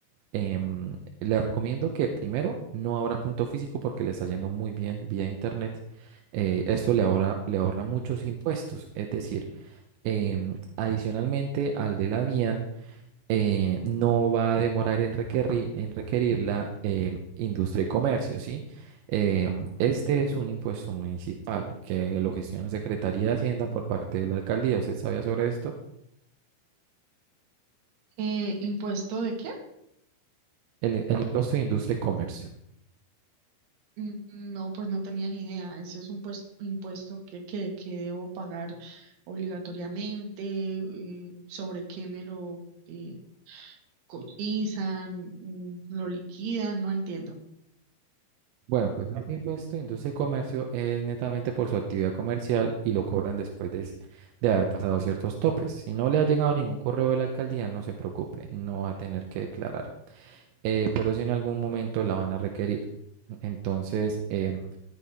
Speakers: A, on the right; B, on the right.
A: Em, les recomiendo que primero no abra punto físico porque le está yendo muy bien vía internet. Eh, esto le ahorra, le ahorra muchos impuestos. Es decir, em, adicionalmente al de la DIAN, eh, no va a demorar en requerir, en requerir la em, industria y comercio, ¿sí? Em, este es un impuesto municipal que lo gestiona la Secretaría de Hacienda por parte de la alcaldía. ¿Usted sabía sobre esto?
B: Eh, ¿impuesto de qué?
A: El, el impuesto de industria y comercio.
B: Mm, No, pues no tenía ni idea. Eso es un pues- impuesto que, que, que debo pagar obligatoriamente, eh, sobre qué me lo eh, cotizan, mm, lo liquidan, no entiendo.
A: Bueno, pues más impuesto pues, industria y comercio es netamente por su actividad comercial y lo cobran después de, s- de haber pasado ciertos topes. Si no le ha llegado ningún correo de la alcaldía, no se preocupe, no va a tener que declarar. Eh, pero si en algún momento la van a requerir. Entonces, em,